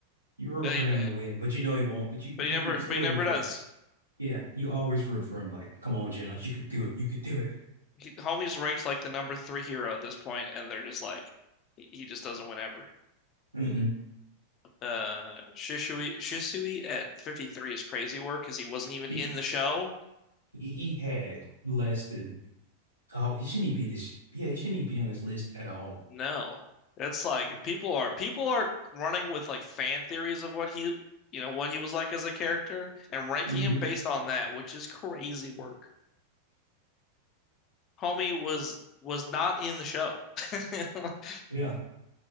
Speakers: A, on the right; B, on the left.
A: You root
B: And
A: for him
B: he-
A: to win, but you know he won't. But you you,
B: But he never,
A: root, you still
B: but he never
A: root for.
B: does.
A: Yeah, you always root for him. Like, come on, Jones, you could do it. You could do it.
B: He, homie's ranked like the number three hero at this point, and they're just like, he, he just doesn't win ever.
A: Mm-mm.
B: Uh, Shisui, Shisui at 53 is crazy work because he wasn't even
A: He
B: in the show.
A: he he had less than. Oh, he shouldn't be in his. Yeah, he shouldn't be on his list at all.
B: No, that's like people are people are running with like fan theories of what he, you know, what he was like as a character and ranking
A: hmm
B: him based on that, which is crazy work. Homie was was not in the show. <laughs>
A: Yeah.